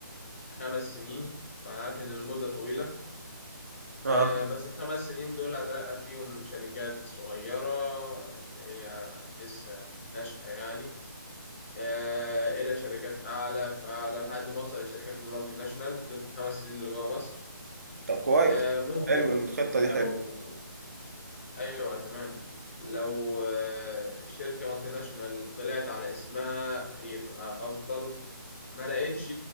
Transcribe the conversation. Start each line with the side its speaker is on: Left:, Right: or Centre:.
Left: خمس سنين وأنا عارف إن المدة طويلة آه،
Right: آه،
Left: بس الخمس سنين دول هترقى فيهم من شركات صغيرة اللي هي لسه ناشئة يعني آه، الى شركات اعلى فاعلى لحد ما اوصل لشركات المالتي ناشونال دول في الخمس سنين اللي جوه مصر
Right: طب كويس
Left: آه، ممكن
Right: حلو الخطة دي
Left: لو
Right: حلو
Left: ايوه تمام لو آه، شركه مالتي ناشونال طلعت على اسمها يبقى افضل ما لقيتش